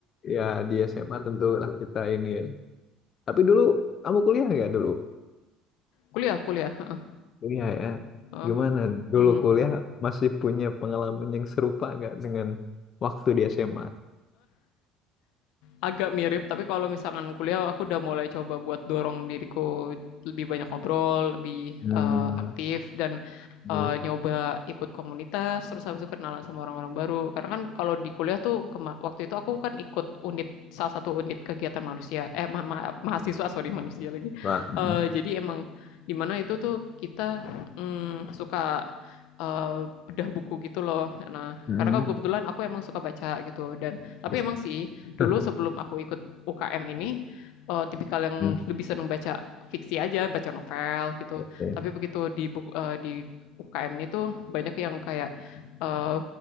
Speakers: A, on the left; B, on the left.
A: ya di SMA tentulah kita ini ya. Tapi dulu kamu kuliah nggak dulu?
B: kuliah, kuliah.
A: Kuliah ya.
B: Heeh.
A: Gimana nih? Dulu
B: Hmm.
A: kuliah masih punya pengalaman yang serupa nggak dengan waktu di SMA?
B: agak mirip tapi kalau misalkan kuliah aku udah mulai coba buat dorong diriku lebih banyak ngobrol lebih eh,
A: Hmm,
B: aktif dan
A: hmm.
B: eh, nyoba ikut komunitas terus habis itu kenalan sama orang-orang baru karena kan kalau di kuliah tuh kema- waktu itu aku kan ikut unit salah satu unit kegiatan manusia eh ma- ma- mahasiswa sorry manusia lagi
A: Wah, mm,
B: Eh, jadi emang dimana itu tuh kita mm, suka eh, bedah buku gitu loh nah
A: mm.
B: karena kan kebetulan aku emang suka baca gitu dan tapi
A: Bisa.
B: emang sih dulu
A: <laughs>
B: sebelum aku ikut UKM ini eh, tipikal yang
A: Hmm,
B: lebih seneng baca fiksi aja, baca novel gitu.
A: Oke.
B: Tapi begitu di buku- eh, di UKM ini tuh banyak yang kayak eh,